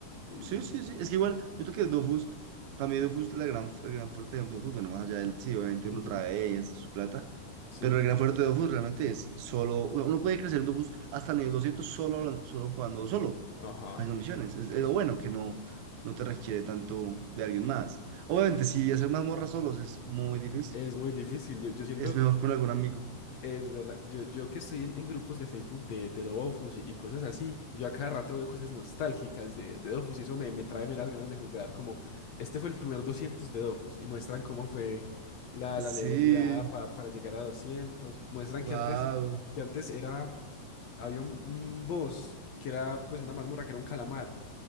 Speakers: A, on the left; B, on the right.
A: y- mm,
B: Sí, sí, sí. Es que igual, yo creo que Dofus, para mí Dofus, la gran, el gran fuerte de Dofus, bueno, más allá del, sí, obviamente
A: ujú,
B: uno trae y hace su plata,
A: Sí,
B: pero el gran fuerte de Dofus realmente es solo. Uno puede crecer en Dofus hasta nivel 200 solo, solo jugando solo.
A: ajá,
B: haciendo misiones. Es, es
A: sí.
B: lo bueno que no, no te requiere tanto de alguien más. Obviamente, si hacer mazmorras solos es muy difícil.
A: Es muy difícil. Yo, yo siento.
B: Es mejor con algún amigo.
A: Es verdad, yo, yo que estoy en, en grupos de Facebook de, de Dofus y, y cosas así, yo a cada rato veo cosas nostálgicas de, de Dofus y eso me, me trae meras ganas de jugar, como este fue el primer 200 de Dofus y muestran cómo fue la,
B: Sí,
A: la leveleada pa- para llegar a 200. muestran
B: wow.
A: que antes, que antes era, había un, un boss que era pues una mazmorra que era un calamar